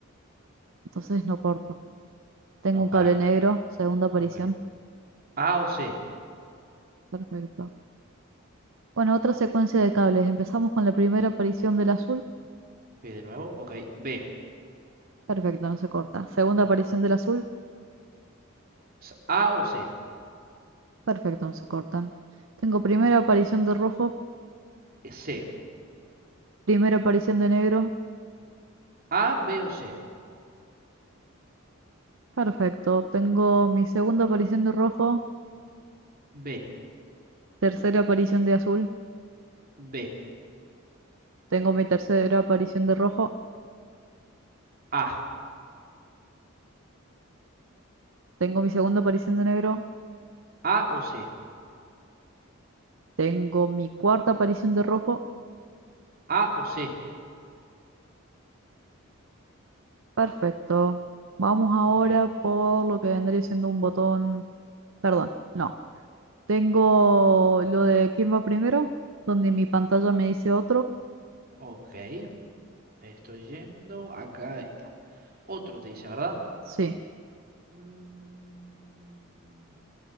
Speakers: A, on the right; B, on the right.
A: entonces no corto. Tengo
B: No,
A: un
B: pará.
A: cable negro, segunda aparición.
B: Ok. A o C.
A: Perfecto. Bueno, otra secuencia de cables. Empezamos con la primera aparición del azul.
B: Ok. Eh, De nuevo, ok. B.
A: Perfecto, no se corta. Segunda aparición del azul.
B: S- A o C.
A: Perfecto, no se cortan. Tengo
B: Ok.
A: primera
B: Eh,
A: aparición de rojo,
B: C.
A: primera aparición de negro.
B: A, B o C.
A: Perfecto. Tengo mi segunda aparición de rojo,
B: B.
A: tercera aparición de azul.
B: B.
A: Tengo mi tercera aparición de rojo.
B: A.
A: Tengo mi segunda aparición de negro.
B: A o C.
A: Tengo mi cuarta aparición de rojo.
B: A o C.
A: Perfecto. Vamos ahora
B: Muy bien.
A: por lo que vendría siendo un botón. Perdón, no. Tengo lo de quién va primero, donde mi pantalla me dice otro.
B: Ok. Estoy yendo. Acá está. Otro te dice, ¿verdad?
A: Sí,
B: Mm,